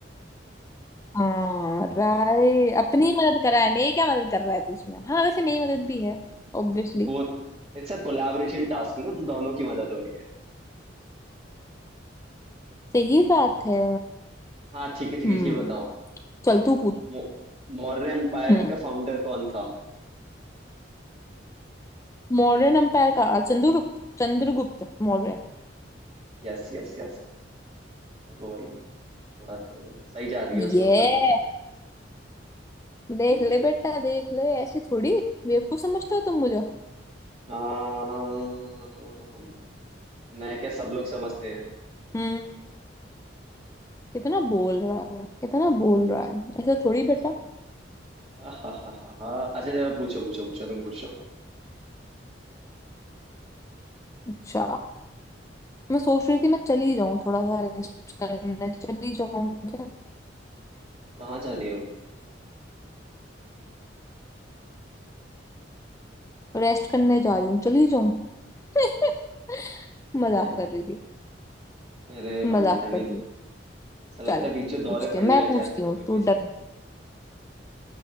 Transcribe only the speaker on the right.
बहुत इट्स अ कोलैबोरेशन टास्क ना तो दोनों की मदद हो रही है
हाँ ठीक है ठीक
है ये बताओ
मौ, मौर्य एम्पायर
का फाउंडर कौन था
Yes yes yes वही थोड़ा थोड़ा चलो सही जा रही
है उसका मतलब
तुम
हाँ मैं क्या सब लोग समझते हैं
हाँ हाँ हाँ हाँ हाँ। अच्छा चलो पूछो पूछो पूछो तुम पूछो
कहाँ जा रहे हो
मैं
अरे भाई
इतना नहीं
ऐसा लगता
है बीच में दौरे
पड़ने
लग
जाते हैं
तुम्हें कोई
से